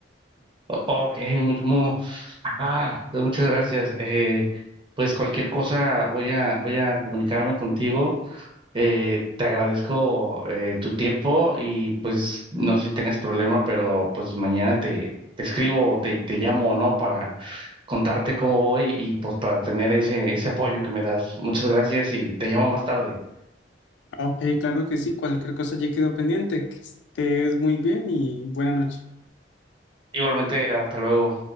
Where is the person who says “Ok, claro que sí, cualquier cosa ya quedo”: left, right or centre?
Left